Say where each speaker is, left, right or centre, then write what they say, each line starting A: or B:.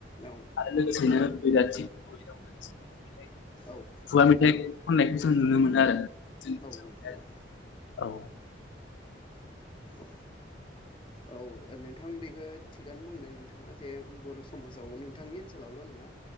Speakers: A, on the left; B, on the left.
A: औ
B: आरो लोगोसेनो बेलाथि <inaudible>
A: औ
B: खुगा मेथाइ खननायखौ जों नुनो मोनो आरो जोंनि ओनसोलावहाय
A: औ नोंथां
B: आरो।
A: औ
B: औ
A: औ औ नोंथां बेखो थिगानो बुंदों नोंथांङा जे बर समाजाव नोंथांनि ओनसोलावल नंङा